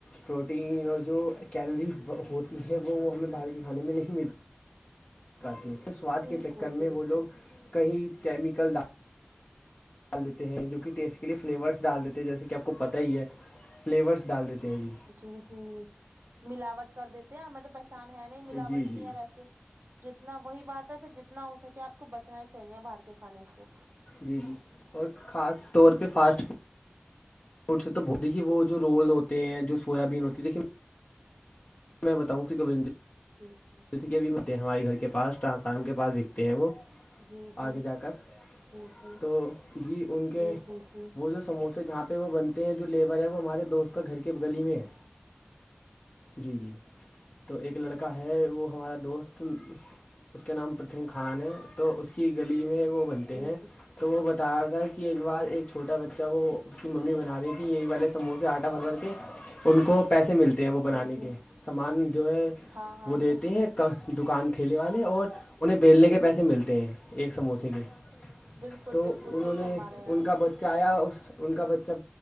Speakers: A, on the left; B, on the right.
A: پروٹین اور جو کیلریز ہوتی ہیں وہ ہمیں باہر کے کھانے میں نہیں ملتی تی ہیں اس سواد
B: بالکل
A: کے چکر میں
B: بالکل
A: وہ لوگ کہیں کیمیکل ڈال ڈال دیتے ہیں جو کہ ٹیسٹ کے لیے فلیورس ڈال دیتے ہیں جیسے کہ آپ کو پتہ ہی ہے فلیورس ڈال دیتے ہیں جی
B: جی جی ملاوٹ کر دیتے ہیں ہمیں تو پہچان ہے نہیں ملاوٹ
A: جی جی
B: کی ہے ویسے جتنا وہی بات ہے پھر جتنا ہو سکے آپ کو بچنا ہی چاہیے باہر کے کھانے سے
A: جی جی اور خاص طور پہ فاسٹ فڈ تو دیکے وہ جو رول ہوتے ہیں جو سویابین ہوتی ہے دیکھی میں بتاؤں کبی
B: جی جی
A: بھی ہوتے ہیں ہمارے گھر کے پاس ٹرانسفارمر کے پاس بکتے ہیں وہ
B: جی جی
A: آگے جا کر
B: جی جی
A: تو جی ان کے
B: جی جی جی
A: وہ جو سموسے جہاں پہ پہ وہ بنتے ہیں جو ل لیبر ہے وہ ہمارے دوست کا گھر کے گلی میں ہے جی جی تو ایک لڑک ہے وہ ہمارا دوست اس کا نام پرتھم خان ہے تو اس کی گلی میں وہ بنتے
B: جی
A: ہیں
B: جی
A: تو وہ بتا رہا تھا کہ ایک بار ایک چھوٹا بچہ کو کی ممی بنا رہی تھی یہی والے سموسے آٹا بھر کر کے ان کو پیسے ملتے ت ہیں وہ بنانے
B: جی جی
A: کے سامان جو ہے
B: ہاں ہاں
A: وہ دیتے
B: بالکل
A: ہیں دکان ھیلے والے اور انہیں بیلنے کے پیسے ملتے ہیں ایک سموسے کے
B: بالکل
A: تو
B: بالکل
A: انہوں
B: صحیح
A: نے
B: فرما رہے ہیں
A: ان
B: آپ
A: کا بچہ آیا ان کا بچہ